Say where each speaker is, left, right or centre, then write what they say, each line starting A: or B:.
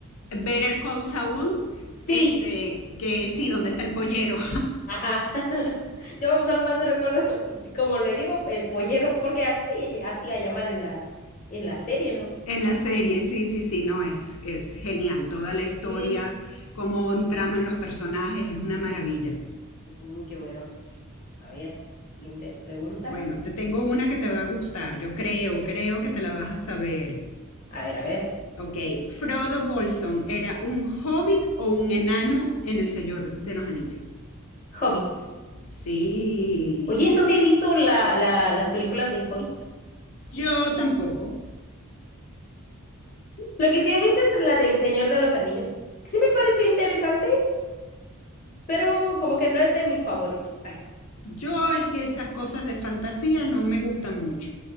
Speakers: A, on the left (about 80°); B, on the left (about 35°).
A: Better Call Saul,
B: Sí,
A: este, que sí, donde está el pollero
B: ajá. <laughs> Yo solo más me recuerdo, <laughs> como le digo, el pollero, porque así hacía llamar en la, en la serie, ¿no?
A: <laughs> en la serie, sí, sí, sí, no, es, es genial. Toda la historia,
B: Mm,
A: cómo traman los personajes, es una maravilla.
B: mm, qué bueno. A ver, siguiente pregunta.
A: Bueno, te tengo una que te va a gustar, yo creo, creo que te la vas a saber.
B: A ver, a ver.
A: Ok, Frodo Bolson, ¿era un hobbit o un enano en el Señor de los Anillos?
B: Hobbit.
A: Sí,
B: Oye, no me he visto la, la- las películas de Hobbit.
A: yo tampoco.
B: La que sí he visto es la del Señor de los Anillos, que sí me pareció interesante, pero como que no es de mis favoritos. <laughs>
A: Yo es que esas cosas de fantasía no me gustan mucho.